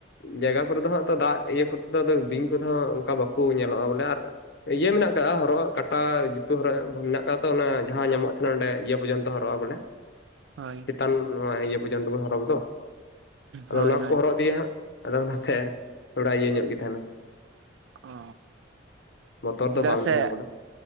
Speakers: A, on the left; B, on the right.
A: ᱡᱟᱭᱜᱟ ᱠᱚᱨᱮ ᱫᱚᱜ ᱦᱟᱸᱜ ᱛᱚ ᱫᱟᱜ ᱤᱭᱟᱹ ᱠᱚᱛᱮ ᱟᱫᱚ ᱵᱤᱧ ᱠᱚᱫᱚ ᱚᱝᱠᱟ ᱵᱟᱠᱚ ᱧᱮᱞᱚᱜ-ᱟ ᱵᱚᱞᱮ, ᱟᱨ ᱤᱭᱟᱹ ᱢᱮᱱᱟᱜ ᱟᱠᱟᱜ-ᱟ ᱦᱚᱨᱚᱜ, ᱠᱟᱴᱟ ᱡᱩᱛᱟᱹ ᱦᱚᱨᱚᱜ ᱢᱮᱱᱟᱜ ᱠᱟᱜ-ᱟ ᱛᱚ ᱚᱱᱮ ᱡᱟᱦᱟᱸ ᱧᱟᱢᱚᱜ ᱛᱟᱦᱮᱱᱟ ᱚᱸᱰᱮ ᱤᱭᱟᱹ ᱯᱚᱨᱡᱚᱱ ᱦᱚᱨᱚᱜ-ᱟ ᱵᱚᱞᱮ᱾
B: ᱦᱳᱭ᱾
A: ᱪᱮᱛᱟᱱ ᱱᱚᱣᱟ ᱤᱭᱟᱹ ᱯᱚᱨᱡᱚᱱᱛᱚ ᱵᱚ ᱦᱚᱨᱚᱜᱽ ᱫᱚ ᱟᱫᱚ
B: ᱦᱳᱭ
A: ᱚᱱᱟ ᱠᱚᱠᱚ
B: ᱦᱳᱭ
A: ᱦᱚᱨᱚᱜ ᱤᱫᱤᱭᱟ ᱦᱟᱸᱜ᱾ ᱟᱫᱚ ᱚᱱᱟᱛᱮ ᱛᱷᱚᱲᱟ ᱤᱭᱟᱹ ᱧᱚᱜ ᱜᱮ ᱛᱟᱸᱦᱮᱱᱟ᱾
B: ᱚ
A: ᱵᱚᱛᱚᱨ
B: ᱪᱮᱫᱟᱜ
A: ᱫᱚ ᱵᱟᱝ
B: ᱥᱮ
A: ᱛᱟᱸᱦᱮᱱᱟ ᱵᱚᱞᱮ᱾